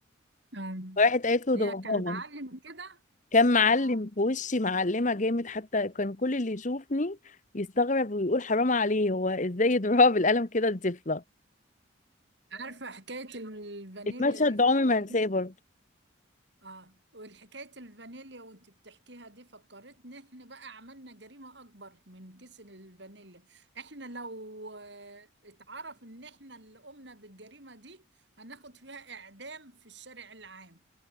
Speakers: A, on the right; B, on the left.
A: أم.
B: راحت قالت له
A: هي
B: ده باباها
A: كان معلم كده
B: كان معلم
A: اه
B: في وشي معلمة جامد حتى كان كل اللي يشوفني يستغرب ويقول حرام عليه هو ازاي يضربها بالقلم كده الطفلة
A: عارفة حكاية الفانيليا
B: فالمشهد
A: دي فكرتني
B: ده عمري ما هنساه برضه
A: اه والحكاية الفانيليا وانت بتحكيها دي فكرتني احنا بقى عملنا جريمة اكبر من كيس الفانيليا احنا لو آه، اتعرف ان احنا اللي قمنا بالجريمة دي هناخد فيها اعدام في الشارع العام